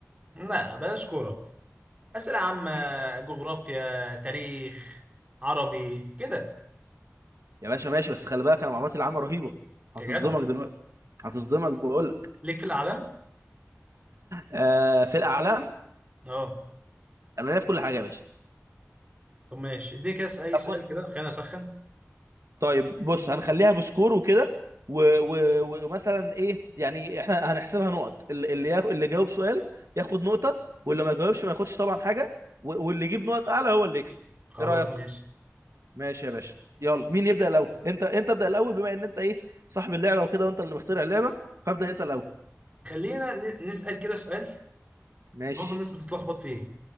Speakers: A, on the right; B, on the right.
A: لا بلاش كوره اسئله عامه
B: ماشي
A: جغرافيا تاريخ عربي كده
B: يا باشا ماشي بس خلي بالك انا معلوماتي العامه رهيبه هتصدمك
A: يا جدع
B: دلوقتي هتصدمك بقول لك
A: ليك في الاعلام
B: أه في الاعلام
A: اه
B: انا ليا في كل حاجه يا باشا
A: طب ماشي اديني كده س- اي
B: طب
A: سؤال
B: بص
A: كده خلينا اسخن
B: طيب بص هنخليها بسكور وكده و- و- ومثلا ايه يعني احنا هنحسبها نقط اللي اللي, ياخ... اللي جاوب سؤال ياخد نقطه واللي ما جاوبش ما ياخدش طبعا حاجه و- واللي يجيب نقط اعلى هو اللي يكسب
A: خلاص
B: ايه رايك
A: ماشي
B: ماشي يا باشا يلا مين يبدأ الأول انت انت ابدأ الأول بما ان انت ايه صاحب اللعبة وكده وانت اللي مخترع اللعبة فابدأ انت الأول
A: خلينا ن- نسال كده سؤال
B: ماشي
A: معظم الناس بتتلخبط فيه